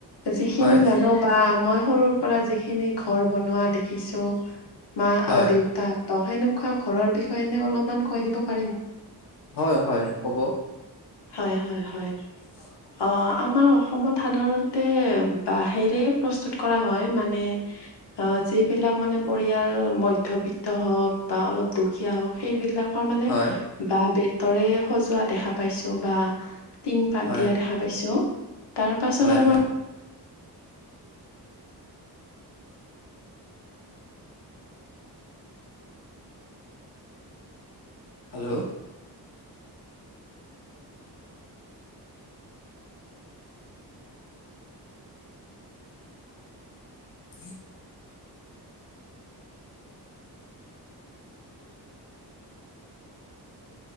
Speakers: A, on the left; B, on the left.
A: যিখিনি
B: হয়,
A: জানো বা মই সৰুৰ পৰা যিখিনি ঘৰ বনোৱা দেখিছোঁ মা
B: হয়,
A: দেউতাহতক সেনেকুৱা ঘৰৰ বিষয়ে এনে অলপমান কৈ দিব পাৰিম
B: হয়, হয়, ক'ব।
A: হয় হয় হয়
B: হয়
A: আমাৰ অসমত সাধাৰণতে বাঁহেৰেই প্ৰস্তুত কৰা হয় মানে অ যিবিলাক মানে পৰিয়াল মধ্যবিত্ত ওক বা অলপ দুখীয়া হওক সেইবিলাকৰ মানে
B: হয়,
A: বাঁহ বেতৰে সজোৱা দেখা পাইছো বা টিং পাত
B: হয়,
A: দিয়া দেখা পাইছো তাৰ পাছত
B: হয়,
A: আৰু
B: হয়, হেল্ল' স <unintelligible>